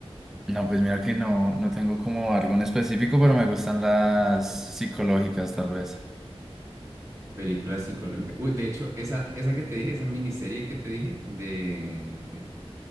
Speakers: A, in the centre; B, on the right.
A: No, pues mira que no, no tengo como algo en específico, pero me gustan las psicológicas tal vez.
B: Película psicológica. Uy, de hecho, esa, esa que te dije, esa miniserie que te dije de,